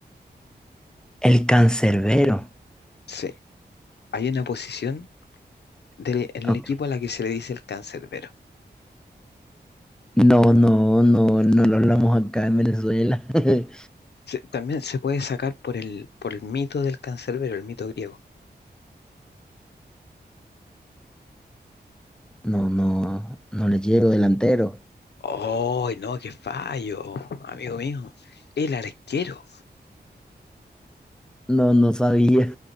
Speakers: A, in the centre; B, on the left.
A: El cancerbero.
B: Sí, hay una posición del- en
A: Ok.
B: el equipo a la que se le dice el cancerbero.
A: No, no, no, no lo hablamos acá en Venezuela. <laughs>
B: Se- también se puede sacar por el, por el mito del cancerbero, el mito griego.
A: No, no, no le llego delantero.
B: ¡Oh, no, qué fallo, amigo mío! El arquero.
A: No, no sabía.